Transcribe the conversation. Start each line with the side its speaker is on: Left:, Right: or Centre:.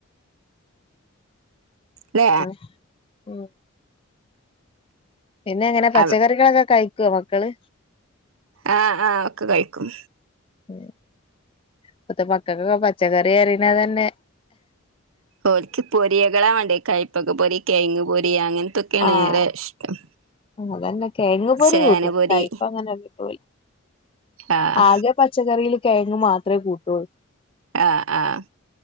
Right: ല്ലേ
Left: ആഹ് ഉം പിന്നെങ്ങനെ പച്ചക്കറികളൊക്കെ
Right: ആഹ്
Left: കഴിക്കുവോ മക്കള്
Right: ആഹ് ആഹ് ഒക്കെ കഴിക്കും.
Left: ഉം ഇപ്പത്തെ മക്കക്കൊക്കെ പച്ചക്കറിറണതന്നെ
Right: ഓരിക്ക് പൊരിയകളാ വേണ്ട് കൈ പ്പക്ക പൊരി കെയങ്‌ പൊരി അങ്ങനത്തൊക്കെയാണ്
Left: ആഹ്
Right: ഏറെ ഇഷ്ടം
Left: അതന്നെ കേയങ്ങ് പൊരി
Right: ചേന
Left: കൂട്ടും
Right: പൊരി
Left: കയ്പ്പ അങ്ങനെക്കെ
Right: ആഹ്
Left: ആകെ പ പച്ചക്കറിൽ കെയങ്ങ് മാത്രെ കൂട്ടുള്ളൂ.
Right: ആഹ് ആഹ്